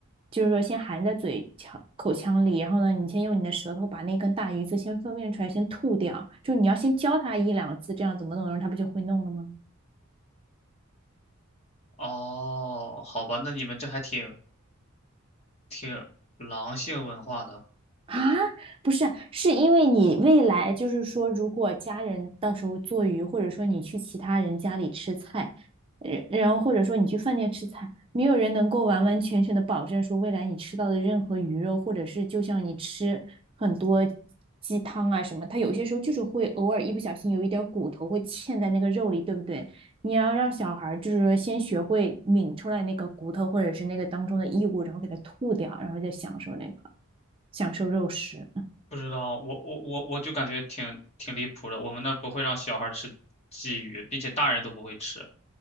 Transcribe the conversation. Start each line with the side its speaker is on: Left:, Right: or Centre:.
Right: 就是说先含在嘴腔口腔里，然后呢，你先用你的舌头把那根大鱼刺先分辨出来，先吐掉。就你要先教他一两次，这样怎么弄，然后他不就会弄了吗？
Left: 哦，好吧，那你们这还挺挺狼性文化的。
Right: 啊，不是啊是因为你未来就是说，如果家人到时候做鱼，或者说你去其他人家里吃菜，呃然后或者说你去饭店吃菜，没有人能够完完全全的保证说未来你吃到的任何鱼肉，或者是就像你吃很多鸡汤啊什么，它有些时候就是会偶尔一不小心有一点儿骨头会嵌在那个肉里，对不对？你要让小孩儿就是说先学会抿出来那个骨头或者是那个当中的异物，然后给它吐掉，然后再享受那个。享受肉食
Left: 不知道，我我我我就感觉挺挺离谱的。我们那不会让小孩吃鲫鱼，并且大人都不会吃，